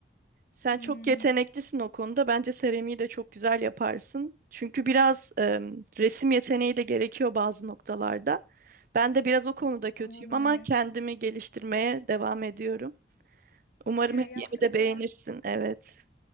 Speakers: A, on the right; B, on the left.
A: Sen
B: hmm,
A: çok yeteneklisin o konuda. Bence seramiği de çok güzel yaparsın. Çünkü biraz em, resim yeteneği de gerekiyor bazı noktalarda. Ben de biraz o konuda kötüyüm
B: olabilir.
A: ama kendimi geliştirmeye devam ediyorum. Umarım
B: Ya
A: hediyemi
B: yaptıkça
A: de beğenirsin. Evet.